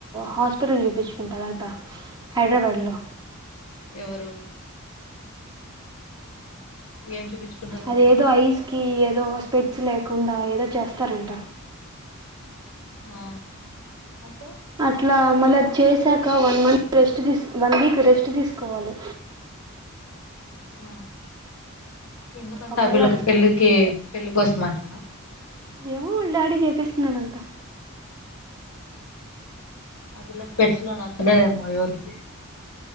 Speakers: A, on the right; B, on the left.
A: హాస్పిటల్ చూపించుకుంటద అంతా హైదరాబాద్ లో
B: ఎవరు ఏం చూపించుకుంటదంట
A: అది ఏదో ఐస్కి ఏదో పెట్స్ లేకుండా ఏదో చేస్తారంట
B: ఆ అతే
A: అట్లా మళ్ళ అది చేసాక one month rest one week rest తీసుకోవాలి
B: ఆ ఎందుకంటే
A: ఒకవేళ
B: ఆ పిల్లకి
A: అట్లా
B: పెళ్ళికి పెళ్ళికి వస్తం అట్లానా
A: ఏమో వాళ్ళ డాడీ చేపిస్తున్నాదంతా
B: అదిలా స్పెట్స్ నా సన్నదే అమ్మో ఎవరికి